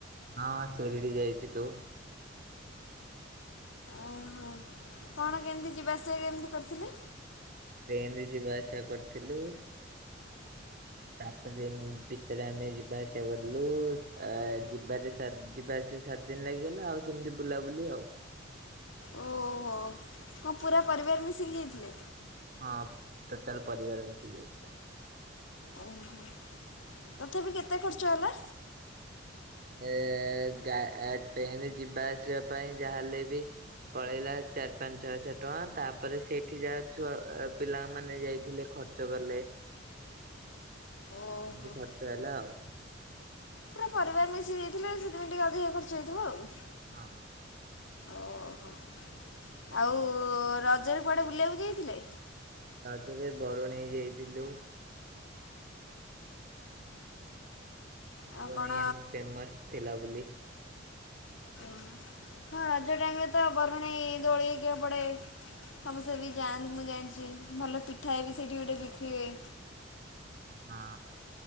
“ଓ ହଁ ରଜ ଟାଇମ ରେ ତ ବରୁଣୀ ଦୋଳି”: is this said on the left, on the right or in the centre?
Left